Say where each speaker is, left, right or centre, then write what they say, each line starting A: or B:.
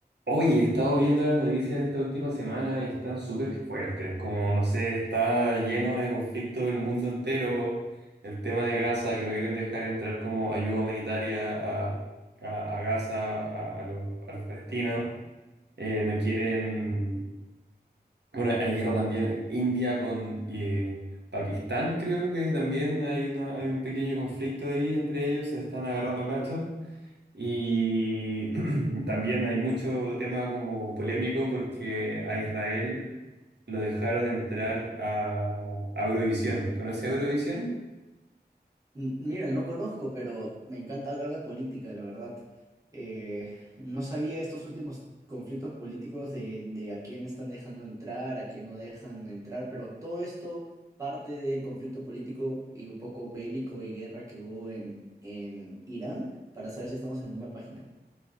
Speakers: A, on the right (about 80°); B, on the right (about 20°).
A: Oye, he estado viendo las noticias esta última semana y están súper fuertes, como no sé, está lleno de conflicto el mundo entero, el tema de Gaza, que no quieren dejar entrar como ayuda humanitaria a, a, a Gaza, a, a los, a los palestinos, Eh, no quieren, bueno, hay guerra también, India con eh, Pakistán, creo que también hay, una, hay un pequeño conflicto ahí entre ellos, se están agarrando a cachos. Y <clears throat> también hay mucho tema como polémico porque a Israel lo dejaron entrar a, a Eurovisión. ¿Conoce Eurovisión?
B: M- Mira, no conozco, pero me encanta hablar de política, la verdad. Eh, no sabía estos últimos conflictos políticos de, de a quién están dejando entrar, a quién no dejan entrar, pero todo esto parte del conflicto político y un poco bélico y guerra que hubo en, en Irán, para saber si estamos en la misma página.